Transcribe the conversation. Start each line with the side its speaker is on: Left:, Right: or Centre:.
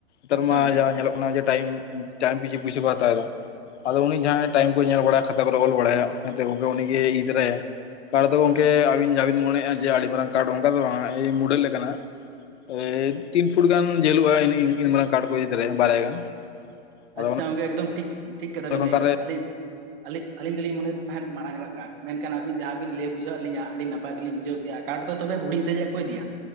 Left: ᱱᱮᱛᱟᱨ
Right: ᱟᱪᱪᱷᱟ
Left: ᱢᱟ
Right: ᱜᱚᱝᱠᱮ
Left: ᱡᱟᱦᱟᱸ ᱧᱮᱞᱚᱜ ᱠᱟᱱᱟ ᱡᱮ ᱴᱟᱭᱤᱢ ᱴᱟᱭᱤᱢ ᱯᱤᱪᱷᱤ ᱯᱚᱭᱥᱟ ᱠᱚ ᱦᱟᱛᱟᱣ ᱮᱫᱟ, ᱟᱫᱚ ᱩᱱᱤ ᱡᱟᱦᱟᱸᱭ ᱴᱟᱭᱤᱢ ᱠᱚᱭ ᱧᱮᱞ ᱵᱟᱲᱟᱭᱟ ᱠᱷᱟᱛᱟ ᱠᱚᱨᱮ ᱚᱞ ᱵᱟᱲᱟᱭᱟ ᱮᱛᱮ ᱜᱚᱝᱠᱮ ᱩᱱᱤ ᱜᱮ ᱤᱫᱤ ᱛᱟᱨᱟᱭᱟᱭ, ᱠᱟᱨ ᱫᱚ
Right: ᱟᱪᱪᱷᱟ
Left: ᱜᱚᱢᱠᱮ
Right: ᱜᱚᱝᱠᱮ
Left: ᱟᱵᱤᱱ ᱡᱟᱦᱟᱸ ᱵᱤᱱ ᱢᱚᱱᱮ ᱮᱫᱼᱟ ᱡᱮ ᱟᱹᱰᱤ ᱢᱟᱨᱟᱝ ᱠᱟᱴ ᱚᱱᱠᱟ ᱫᱚ ᱵᱟᱝ ᱟ ᱮ ᱢᱩᱰᱮᱞ ᱞᱮᱠᱟᱱᱟᱜ ᱮ ᱛᱤᱱ ᱯᱷᱩᱴ ᱜᱟᱱ ᱡᱷᱟᱹᱞᱚᱜ-ᱟ ᱤᱱᱟᱹ ᱤᱱ ᱢᱟᱨᱟᱝ ᱠᱟᱴᱷ ᱠᱚ ᱤᱫᱤ ᱛᱚᱨᱟᱭᱟ ᱵᱟᱨᱟᱭᱟ ᱜᱟᱱ, ᱟᱫᱚ
Right: ᱟᱪᱪᱷᱟ
Left: ᱚᱱᱟ
Right: ᱜᱚᱝᱠᱮ ᱮᱠᱫᱚᱢ ᱴᱷᱤᱠ ᱴᱷᱤᱠ ᱠᱟᱛᱷᱟ
Left: ᱡᱚᱠᱷᱚᱱ
Right: ᱵᱤᱱ ᱞᱟᱹᱭ
Left: ᱚᱠᱟᱨᱮ
Right: ᱠᱟᱫᱟ ᱟᱹᱞᱤᱧ ᱟᱹᱞᱤᱧ ᱟᱹᱞᱤᱧ ᱫᱚᱞᱤᱧ ᱢᱚᱱᱮᱭᱮᱫ ᱛᱟᱦᱮᱸᱫ ᱢᱟᱨᱟᱝ ᱧᱚᱜᱟᱜ ᱠᱟᱴ ᱢᱮᱱᱠᱷᱟᱱ ᱟᱵᱤᱱ ᱡᱟᱦᱟᱸ ᱵᱤᱱ ᱞᱟᱹᱭ ᱵᱩᱡᱷᱟᱹᱣᱟᱫ ᱞᱤᱧᱟᱹ ᱟᱹᱰᱤ ᱱᱟᱯᱟᱭ ᱛᱮᱞᱤᱧ ᱵᱩᱡᱷᱟᱹᱣ ᱠᱮᱫᱮᱜᱼᱟ ᱠᱟᱴᱷ ᱫᱚ ᱛᱚᱵᱮ ᱦᱩᱰᱤᱧ ᱥᱟᱭᱤᱡᱟᱜ ᱜᱮᱠᱚ ᱤᱫᱤᱭᱟ